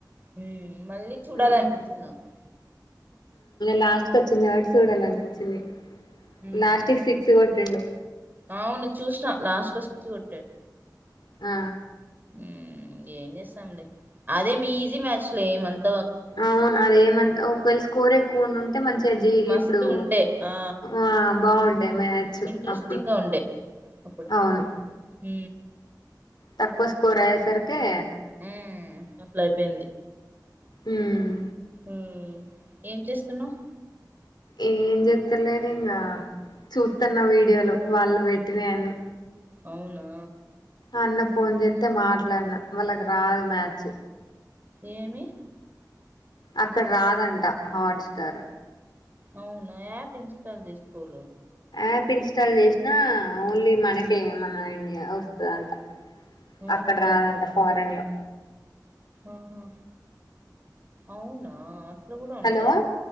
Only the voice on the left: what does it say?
మ్మ్
లాస్ట్ కు వచ్చింది కాబట్టి చూడాలి అనిపించింది
లాస్ట్కి సిక్స్ కొట్టిండు
ఆ
అవును అదేమంత ఒకవేళ స్కోర్ ఎక్కువ ఉండి ఉంటే మంచి చజీ
ఇప్పుడు
ఆ బాగుండే మ్యాచ్
అప్పుడు
అవును
తక్కువ స్కోర్ అయ్యే సరికే
ఉమ్
ఏం జెత్తలేను ఇంగా చూస్తున్న వీడియోలు వాళ్ళు పెట్టినా అన్ని
అన్న ఫోన్ చేస్తతే మాట్లాడిన వాళ్ళకి రాదు మ్యాచ్
అక్కడ రాదంట హాట్ స్టార్
యాప్ ఇన్స్టాల్ చేసినా ఓన్లీ మనకే మన ఇండియా వస్తదంట
అక్కడ రాదంట ఫారెన్ లో
హలో